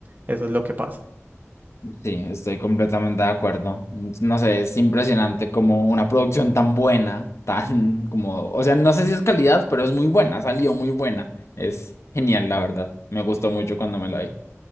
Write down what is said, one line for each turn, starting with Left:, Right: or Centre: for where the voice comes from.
Right: Eso es lo que pasa.
Left: Sí, estoy completamente de acuerdo. No sé, es impresionante como una producción tan buena, <laughs> tan como, o sea, no sé si es calidad, pero es muy buena, salió muy buena. Es genial, la verdad. Me gustó mucho cuando me la vi.